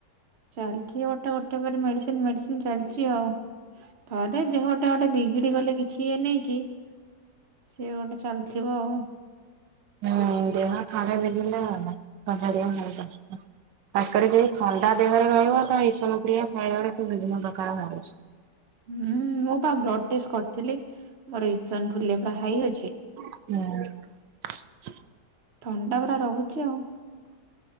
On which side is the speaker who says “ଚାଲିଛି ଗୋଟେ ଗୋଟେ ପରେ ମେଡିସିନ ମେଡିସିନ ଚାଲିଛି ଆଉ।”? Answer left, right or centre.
Right